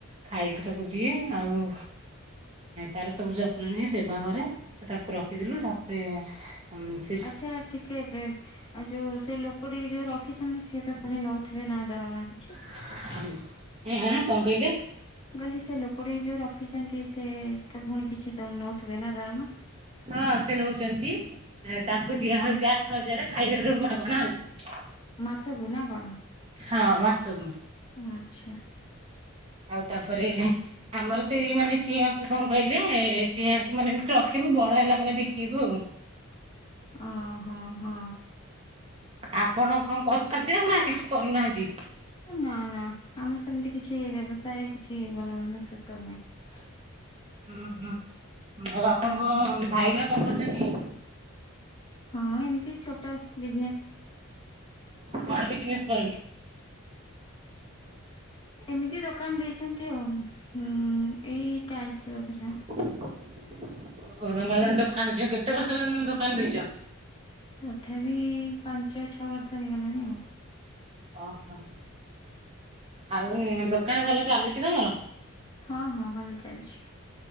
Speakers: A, on the right; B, on the left.
A: ଖାଇତେ ତାକୁ ଦିଏ ଆଉ ତାର ସବୁ ଯତ୍ନ ନିଏ ସେବା କରେ ତ ତାକୁ ରଖିଥିଲୁ ତାପରେ ଉଁ।
B: ଆଚ୍ଛା ଟିକେ ବ୍ରେକ ଆଛା ଯୋଉ ସେ ଲୋକଟିକି ଯୋଉ ରଖିଛନ୍ତି ସେ ତ ପୁଣି ନଉ ଥିବେନା ଦରମା କିଛି।
A: ଉଁ ଆଁ ଆଁ କଣ କହିଲେ?
B: ମୁଁ କହଲି ସେ ଲୋକଟି ଯୋଉ ରଖିଛନ୍ତି ସେ ତ ପୁଣି କିଛି ତ ନେଉଥିବେ ନା ଦରମା।
A: ହଁ ସେ ନେଉଛନ୍ତି ତାଙ୍କୁ
B: ହୁଁ
A: ଦିଆହେଉଛି
B: ହୁଁ।
A: ଆ ଆଠ ହଜାରେ ଖାଇବାରୁ ମାଗଣା ଆଉ।
B: ମାସକୁ ନା କଣ
A: ହଁ ମାସକୁ
B: ଆଚ୍ଛା?
A: ଆଉ ତାପରେ ଆମର ସେଇ ମାନେ ଚିଆଁକୁ କଣ କହିଲେ ଚିଆଁକୁ ମାନେ ଏମିତି ରଖିବୁ ବଡ଼ ହେଲା ମାନେ ବିକିବୁ ଆଉ।
B: ଓ ହୋ ହଁ।
A: ଆପଣ କଣ କରୁଛନ୍ତି ନା କିଛି କରୁନାହାଁନ୍ତି?
B: ନା ନା ଆମର ସେମିତି କିଛି ବ୍ୟବସାୟ କିଛି ଭଲ ମନ୍ଦ ସେସବୁ ନାହିଁ।
A: ଉଁ ହୁଁ ମୋ ବାପାଙ୍କ
B: ହଁ
A: ଭାଇନା କଣ କରୁଛନ୍ତି?
B: ହଁ ଏମିତି ଛୋଟ ବିଜନେସ୍।
A: କଣ ବିଜନେସ୍ କରନ୍ତି?
B: ଏମିତି ଦୋକାନ ଦେଇଛନ୍ତି ଆଉ। ହୁଁ ଏଇ ଟାଇଲ୍ସ ବଗେରା।
A: <unintelligible> କେତେ ବର୍ଷ ହେଲାଣି ତମେ ଦୋକାନ ଦେଇଛ?
B: ତଥାପି ପାଞ୍ଚ ଛଅ ବର୍ଷ ହେଇଗଲାଣି ଆଉ।
A: ଓହୋ। ଆଉ ଦୋକାନ ଭଲ ଚାଲୁଛି ତମର?
B: ହଁ ହଁ ଭଲ ଚାଲିଛି।